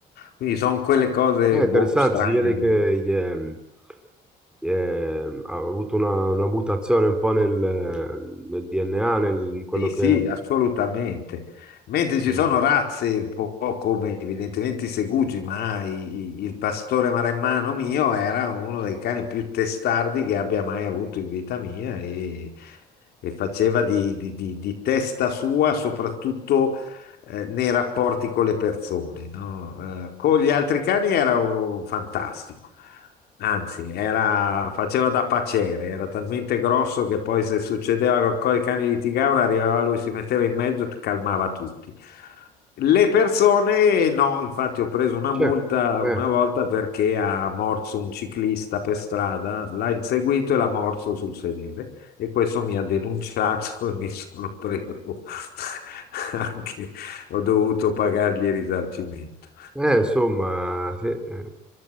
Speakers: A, on the left; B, in the centre.
A: Quindi sono quelle cose
B: È interessante,
A: boh, strane.
B: si vede che gli è- gli è- ha avuto una, una mutazione un po' nel, nel DNA, nel, in quello
A: Sì, sì,
B: che è.
A: assolutamente. Mentre ci
B: eh,
A: sono razze, un po' come evidentemente i segugi, ma i- i- il pastore maremmano mio era uno dei cani più testardi che abbia mai avuto in vita mia e, e faceva di, di- di- di testa sua soprattutto eh, nei rapporti con le persone, no? Eh, con gli altri cani era oh, fantastico. Anzi, era- faceva da paciere, era talmente grosso che poi se succedeva che i cani litigavano, arrivava lui, si metteva in mezzo e calmava tutti. Le persone, no, infatti ho preso una
B: Cioè,
A: multa
B: eh,
A: una volta perché ha morso un ciclista per strada, l'ha inseguito e l'ha morso sul sedere e questo mi ha denunciato <laughs> e mi sono preso <laughs> anche, ho dovuto pagargli il risarcimento.
B: eh, insomma, sì, eh,